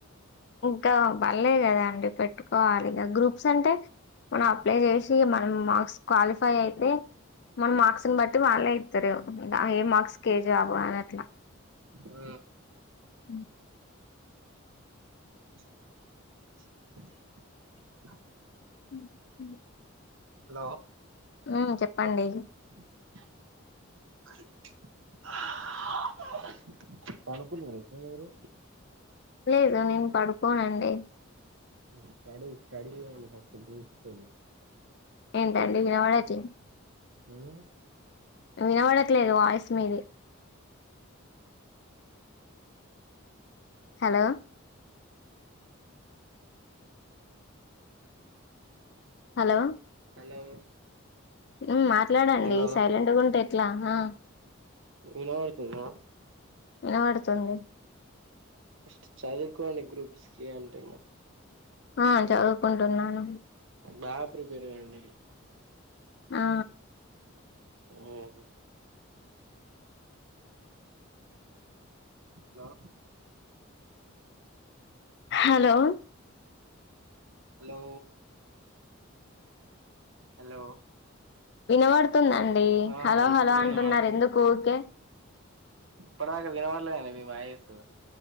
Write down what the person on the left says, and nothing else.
ఇంకా పడలేదు కదా అండి పెట్టుకోవాలి. ఇక గ్రూప్స్ అంటే మనం అప్లై చేసి మనం మార్క్స్ క్వాలిఫై అయితే మన మార్క్స్ ను బట్టి వాళ్ళే ఇస్తారు. ఏ మార్క్స్ కి ఎం జాబ్ అని అట్లా
అ
ఉ
ఉ చెప్పండి.
లేదు నేను పడుకోనండి.
ఏంటండి, వినపడత్లే
వినవడట్లేదు, వాయిస్ మీది హలో, హలో,
ఉమ్ మాట్లాడండి
సైలెంట్గా ఉంటే ఎట్లా హ
వినపడుతుంది
ఆ చదువుకుంటున్నాను
ఆ
హలో
వినబడుతుందండి
హలో
హలో
అంటున్నారు ఎందుకు ఊకే